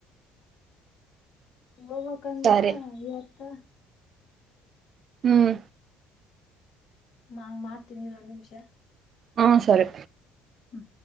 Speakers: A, on the left (about 55°); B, on the right (about 45°).
A: ಹೋಗ್ಕ್ಂದ
B: ಸರಿ
A: ಇವತ್ತ
B: ಹ್ಮ್
A: ಹಂಗ್ ಮಾಡ್ತೀನಿ ಇ ಒಂದ್ ನಿಮಿಷ
B: ಹಾ ಸರಿ
A: ಹ್ಮ